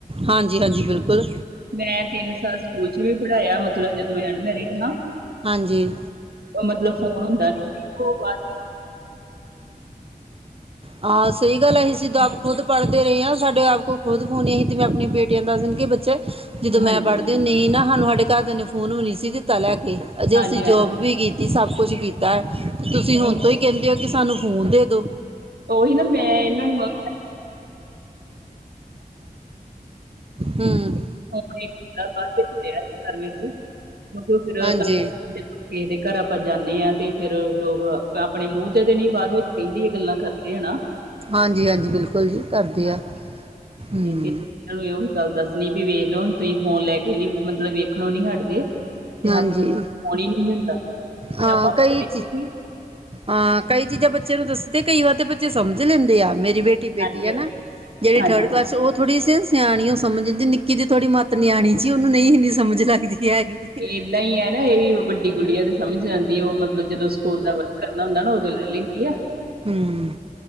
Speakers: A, on the right; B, on the right.
A: ਹਾਂਜੀ ਹਾਂਜੀ ਬਿਲਕੁਲ
B: ਮੈਂ ਤਿੰਨ ਸਾਲ ਸਕੂਲ ਚ ਵੀ ਪੜ੍ਹਾਇਆ ਮਤਲਬ ਜਦੋਂ ਮੈਂ ਅਨਮੈਰਿਡ ਹਾਂ
A: ਹਾਂਜੀ।
B: ਮਤਲਬ ਫੋਨ ਹੁੰਦਾ ਬਾਦ
A: ਹਾਂ ਸਹੀ ਗੱਲ ਅਸੀ ਤਾਂ
B: ਹਾਂਜੀ
A: ਆਪ ਖੁਦ ਪੜ੍ਹਦੇ ਰਹੇ ਹਾਂ ਸਾਡੇ ਆਪ ਕੋਲ ਖੁਦ ਹੋੋਨ ਅ ਸੀ ਮੈਂ ਆਪੀਆਂ ਬੇਟੀਆਂ ਨੂੰ ਦੱਸ ਦੇ ਕਿ ਬੱਚੇ ਜਦੋਂ
B: ਹਾਂਜੀ
A: ਮੈਂ ਪੜ੍ਹਦੇ ਨਹੀਂ ਨਾ ਸਾਨੂੰ ਸਾਡੇ ਘਰਦਿਆਂ ਨੇ ਫੋਨ ਵੀ ਨੀ ਸੀ ਦਿੱਤਾ ਲੈ ਕੇ ਜੇ
B: ਹਾਂਜੀ
A: ਅਸੀਂ
B: ਹਾਂਜੀ
A: ਜੋਬ ਵੀ ਕੀਤੀ ਸਭ ਕੁਛ ਕੀਤਾ ਤੁਸੀਂ ਹੁਣ
B: ਉਹੀ
A: ਤੋਂ ਹੀ ਕਹਿੰਦੇ ਹੋ ਕਿ ਸਾਨੂੰ ਫੋਨ ਦੇ ਦੋ
B: ਉਹੀ ਨਾ ਮੈਂ ਇਹਨਾਂ ਨੂੰ ਮੇ
A: ਹਮ
B: ਹਾਂ ਜੀ, ਬਾਰ੍ਹਵੀਂ ਵਿੱਚ ਸੀ, ਮਤਲਬ ਫਿਰ।
A: ਹਾਂਜੀ
B: <unintelligible> ਕਿਸੇ ਦੇ ਘਰ ਆਪਾਂ ਜਾਂਦੇ ਹਾਂ ਤੇ ਫੇਰ ਲੋਕ ਆਪਣੇ ਮੂੰਹ ਤੇ ਤੇ ਨੀ ਬਾਅਦ ਵਿੱਚ ਕਹਿੰਦੀ ਹੈ ਗੱਲਾਂ ਕਰ <unintelligible>
A: ਹਾਂਜੀ ਹਾਂਜੀ ਬਿਲਕੁਲ ਜੀ ਕਰਦੇ
B: ਹਾਂਜੀ
A: ਆ ਹੂੰ
B: ਤੇ ਫਿਰ ਨੂੰ ਇਹ ਗੱਲ ਦੱਸਣੀ ਵੀ ਵੇਖ ਲੋ ਤੁਸੀ ਫੋਨ ਲੈ ਕੇ ਨੀ ਮਤਲਬ ਵੇਖਣ ਨੀ ਹਟਦੇ ਤੇ
A: ਹਾਂਜੀ
B: ਆਪ ਫੋਨ ਨਹੀਂ ਹੁੰਦਾ ਤੇ
A: ਹਾਂ
B: ਆਪਾਂ
A: ਕਈ
B: ਰਹੀ
A: ਚੀ ਹਾਂ ਕਈ ਚੀਜ਼ਾਂ ਬੱਚਿਆਂ ਨੂੰ ਦੱਸਦੇ ਕਈ ਵਾਰ ਤੇ ਬੱਚੇ ਸਮਝ ਲੈਂਦੇ ਆ ਮੇਰੀ ਬੇਟੀ ਬੇਟੀ
B: ਹਾਂਜੀ
A: ਹੈ
B: ਹਾਂਜੀ
A: ਨਾ ਜਿਹੜੀ
B: ਹਾਂਜੀ
A: ਥਰਡ ਕਲਾਸ ਉਹ ਥੋੜ੍ਹੀ ਅਸੀ ਸਿਆਣੀ ਉਹ ਸਮਝ ਹੁੰਦੀ ਨਿੱਕੀ ਦੀ ਥੋੜੀ ਮੱਤ ਨਿਆਣੀ ਸੀ ਉਹਨੂੰ ਨਹੀਂ ਇੰਨੀ ਸਮਝ ਲਗਦੀ ਹੈਗੀ
B: ਏਦਾਂ ਹੀ ਹੈ ਨਾ ਇਹ ਵੱਡੀ ਗੁੜੀਆ ਤੇ ਸਮਝ ਜਾਂਦੀ ਉਹ ਮਤਲਬ ਜਦੋਂ ਸਕੂਲ ਦਾ ਕਰਨਾ ਹੁੰਦਾ ਨਾ ਉਦੋਂ ਲੈ ਲੈਂਦੀ ਏਂ
A: ਹਮ